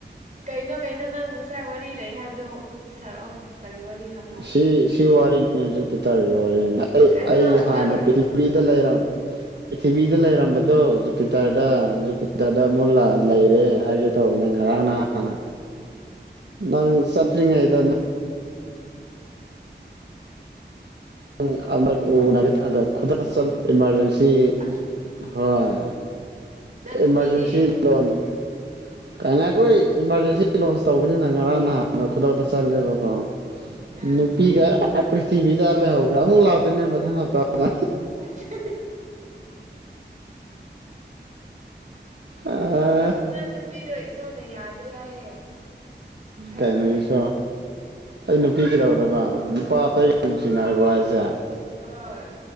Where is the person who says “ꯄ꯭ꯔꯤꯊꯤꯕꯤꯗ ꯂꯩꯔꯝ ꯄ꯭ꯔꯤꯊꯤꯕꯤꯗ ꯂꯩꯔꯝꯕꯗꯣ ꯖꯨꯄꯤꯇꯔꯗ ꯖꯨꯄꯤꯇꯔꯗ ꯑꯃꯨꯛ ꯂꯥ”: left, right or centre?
Right